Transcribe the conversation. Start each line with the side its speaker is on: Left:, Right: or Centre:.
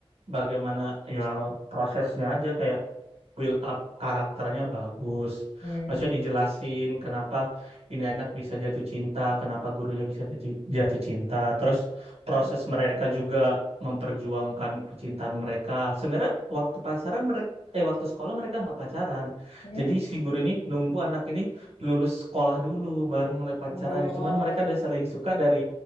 Right: bagaimana ya prosesnya aja kayak build up karakternya bagus.
Left: Hmm,
Right: Maksudnya dijelasin kenapa ini anak bisa jatuh cinta, kenapa gurunya bisa jatuh jatuh cinta. Terus proses
Left: hmm,
Right: mereka juga memperjuangkan percintaan mereka. Sebenarnya waktu pacaran mereka eh waktu sekolah mereka nggak pacaran.
Left: hmm.
Right: Jadi si guru ini nunggu anak ini lulus sekolah dulu baru mulai pacarannya.
Left: Oh,
Right: Cuman mereka udah saling suka dari